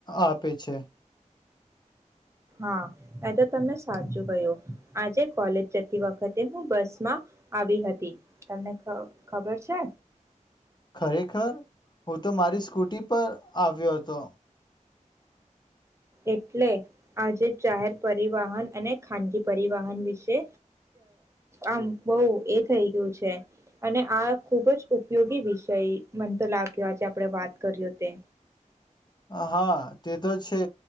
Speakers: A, on the left; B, on the right.
A: આપે છે
B: હા એ તો તમે સાચું કહ્યું આજે કોલેજ જતી વખતે હું બસમાં આવી હતી તમને ખબર છે
A: ખરેખર હું તો મારી સ્કૂટી પર આવ્યો હતો
B: એટલે આજે જાહેર પરિવહન અને ખાનગી પરિવહન વિશે આમ બહુ એ થઈ ગયું છે અને આ ખુબ જ ઉપયોગી વિષય મનતો લાગ્યો આજે આપણેે વાત કરીએઓ તે
A: હા તે તો છે